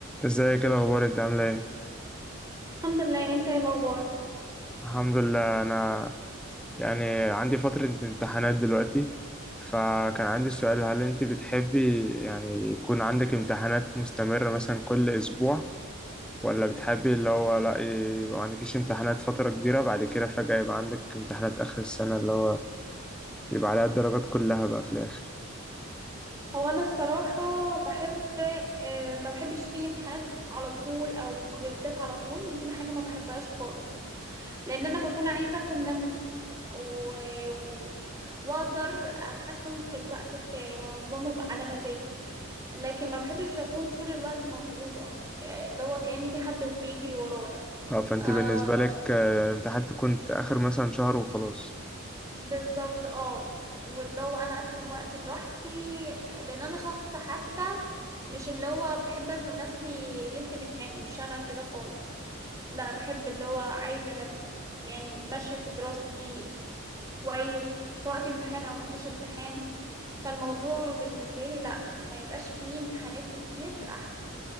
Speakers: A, in the centre; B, on the right.
A: ازيك ايه الاخبار انت عامله ايه
B: الحمد لله انت ايه الاخبار
A: الحمد لله انا يعني عندي فتره امتحانات دلوقتي فكان عندي سؤال هل انت بتحبي يعني يكون عندك امتحانات مستمره مثلا كل اسبوع ولا بتحبي اللي هو لا يبقى ما عندكيش امتحانات فتره كبيره بعد كده فجاه يبقى عندك امتحانات اخر السنه اللي هو يبقى عليها الدرجات كلها بقى في الاخر
B: هو انا الصراحه بحب اه ما بحبش فيه امتحانات على طول او كويزات على طول دي حاجه ما بحبهاش خالص لان انا بكون عايزه اخد نفسي و... و... واقدر اتحكم في الوقت بتاعي وانظمه ب- على مزاجي لكن ما بحبش اكون طول الوقت مضغوطه يعني اللي هو كأن في حد بيجري ورايا
A: اه فانت
B: آه
A: بالنسبه لك آه، الامتحانات تكون في اخر مثلا شهر وخلاص
B: بالظبط اه واللي هو انا اقسم وقتي براحتي لان انا شخص حتى مش اللي هو بحب أزنق نفسي ليلة الامتحان مش أنا كده خالص لا بحب اللي هو عايز أنا ب- يعني ماشية في دراستي كويس سواء في امتحان أو مفيش امتحان فالموضوع بالنسبة لي لا ما يبقاش فيه امتحانات كتير أحسن